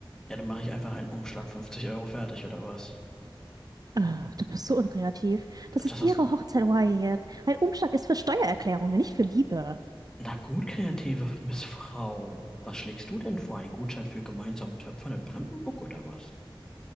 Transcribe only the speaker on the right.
Ah, du bist so unkreativ. Das
ist
ihre Hochzeit, Wyatt. Ein Umschlag ist für Steuererklärungen, nicht für Liebe.